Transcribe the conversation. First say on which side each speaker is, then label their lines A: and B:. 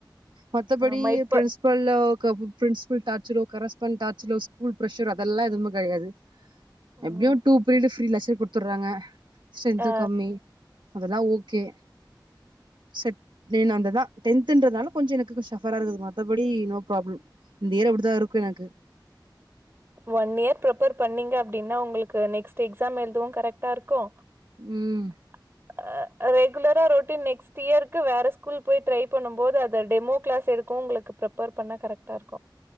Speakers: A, on the right (about 75°); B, on the right (about 30°).
A: மத்தபடி
B: ஆமா இப்ப
A: ஸ்பிரில்லோ க பிரின்ஸ்பில் டார்ச்சலோ கரஸ்பாண்ட் டார்ச்சலோ ஸ்கூல் பிர்ஷரோ அதெல்லா எப்பவுமே கெடையாது
B: ம்
A: எப்டியு டூ பீரியடு ஃரீ லெசர் குடுத்துர்றாங்க ஸ்ட்டென்த்து
B: ஆ
A: கம்மி அதெல்லா ஓகே செட் <inaudible> அந்ததா டென்துன்றனால கொஞ்சோ எனக்கு சஃபரா இருக்குது மேம் மத்தபடி நோ ப்ராப்ளம் இந்த இயர் அப்டித்தா இருக்கு எனக்கு
B: ஒன் இயர் ப்ரிப்பர் பண்ணீங்க அப்டின்னா உங்குளுக்கு நெக்ஸ்ட் எக்ஸாம் எழுதவு கரெக்டா இருக்கு
A: ம்
B: <unintelligible> அ ரெகுலரா ரொட்டன் நெக்ஸ்ட் இயருக்கு வேற ஸ்கூல் போய் ட்ரை பண்ணும் போது அத டெமோ கிளாஸ் எடுக்கு உங்குளுக்கு பெப்பர் பண்ணா கரெக்ட்டா இருக்கு